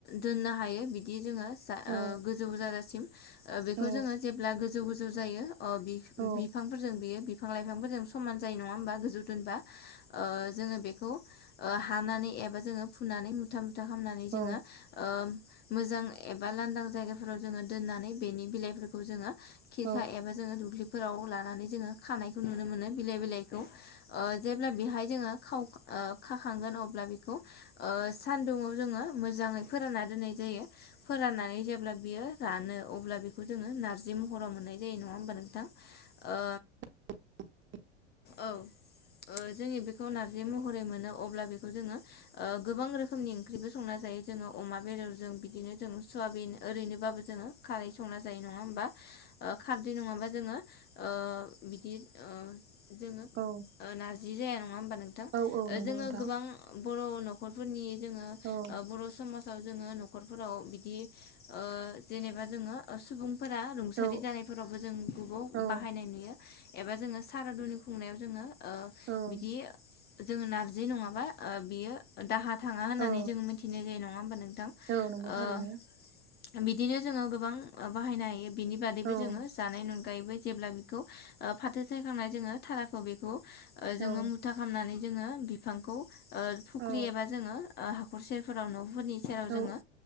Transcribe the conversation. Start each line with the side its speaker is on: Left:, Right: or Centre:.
Left: दोननो हायो बिदि बिदि जोङो जा--ओ
Right: औ
Left: गोजौ जाजासिम ओ बेखौ
Right: औ
Left: जोङो जेब्ला गोजौ गोजौ जाजासिम बेखौ जोङो जेब्ला गोजौ गोजौ जायो अ बिफ--बिफांफोरजों
Right: औ
Left: बियो बिफां लाइफांफोरजों समान जायो नङा होमबा गोजौ दोनबा ओ जोङो बेखौ ओ हानानै एबा जोङो फुनानै मुथा मुथा खामनानै
Right: औ
Left: जोङो ओ मोजां एबा लांदां जायगाफोराव दोनानै बेनि बिलाइफोरखौ जोङो खिरखा
Right: औ
Left: एबा जोङो दुख्लिफोराव लानानै जोङो खानायखौ नुनो मोनो बिलाइ बिलाइखौ ओ जेब्ला बेहाय जोङो खाव ओ खाखांगोन अब्ला बेखौ ओ सानदुंआव जोङो मोजाङै फोरानना दोनाय जायो फोराननानै जेब्ला बियो रानो अब्ला बेखौ जोङो नारजि महराव मोननाय जायो नङा ओमबा नोंथां ओ
Right: <inaudible>
Left: औ ओ जोंनि बेखौ नारजि महरै मोनो अब्ला बेखौ जोङो ओ गोबां रोखोमनि ओंख्रिबो संना जायो जोङो। अमा बेदर जों बिदिनो जों सवाबिन ओरैनोबाबो जोङो खारै संना जायो नङा ओमबा ओ खारदै नङाबा जोङो ओ बिदि ओ जोङो
Right: औ औ
Left: नारजि ओ जाया नङा ओम नोंथां
Right: औ नंगौ
Left: जोङो
Right: नोंथां
Left: गोबां बर नख'रफोरनि जोङो
Right: औ औ
Left: ओ बर समास आव जोङो नख'रफोराव बिदि ओ जेनेबा जोङो ओ सुबुं फोरा रुंसारि
Right: औ
Left: जानायफोरावबो जों गुबाव
Right: औ
Left: बाहायनाय नुयो एबा जोङो सारादुनि खुंनायाव जोङो ओ
Right: औ
Left: बिदि जोङो नारजि नङाबा ओ बियो दाहा थाङा होननानै
Right: औ
Left: जोंङो मिथिनाय जायो नङा ओमबा नोंथां
Right: औ नंगौ
Left: ओ
Right: थारैनो
Left: बिदिनो जोङो गोबां ओ बाहायनो हायो बिनि बादैबो
Right: औ
Left: जोङो जानायनि अनगायैबो जेब्ला बेखौ ओ फाथो सायखांनाय जोङो थाराखौ बेखौ ओ जोङो
Right: औ
Left: मुथा खालामनानै जोङो बिफांखौ ओ फुख्रि
Right: औ
Left: एबा जोङो हाखर सेरफोरावनो फोरनि सेराव
Right: औ
Left: जोङो